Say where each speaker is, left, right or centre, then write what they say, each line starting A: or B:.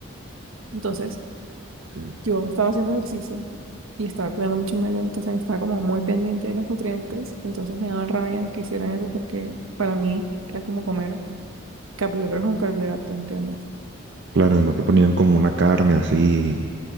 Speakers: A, on the right; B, on the right.
A: Entonces
B: Ok.
A: yo estaba haciendo ejercicio y estaba cuidando mucho el medio, entonces estaba como muy pendiente de los nutrientes, entonces me daba rabia que hicieran eso porque para mí era como comer carbohidratos con carbohidratos, ¿entiendes?
B: Claro, no te ponían como una carne así,